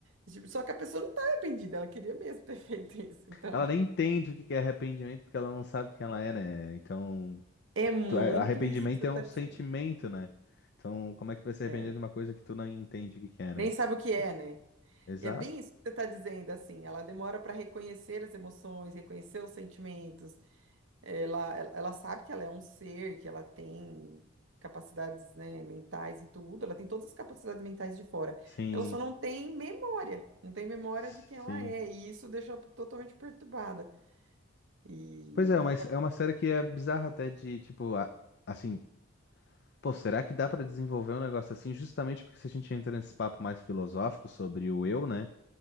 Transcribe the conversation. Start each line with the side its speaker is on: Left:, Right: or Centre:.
Right: E, Tipo, só que a pessoa não tá arrependida, ela queria mesmo ter <laughs> feito isso. Então,
Left: Ela nem entende o que que é arrependimento, porque ela não sabe quem ela é, né? Então,
Right: é muito
Left: tu- a- arrependimento
Right: isso que você
Left: é
Right: tá
Left: um
Right: dizendo.
Left: sentimento, né? Então, como é que tu vai se
Right: É.
Left: arrepender de uma coisa que tu não entende o que que é,
Right: Nem
Left: né?
Right: sabe o que
Left: Tipo,
Right: é, né?
Left: exato?
Right: E é bem isso que você está dizendo, assim, ela demora para reconhecer as emoções, reconhecer os sentimentos, Ela, ela ela sabe que ela é um ser, que ela tem capacidades, né, mentais e tudo, ela tem todas as capacidades mentais de fora.
Left: Sim,
Right: Ela só não tem memória, não tem memória
Left: sim.
Right: de quem ela é, e isso deixa ela totalmente perturbada. E
Left: Pois é, mas é uma série que é bizarra até de, tipo, a- assim, pô, será que dá pra desenvolver um negócio assim justamente porque se a gente entra nesse papo mais filosófico sobre o eu, né?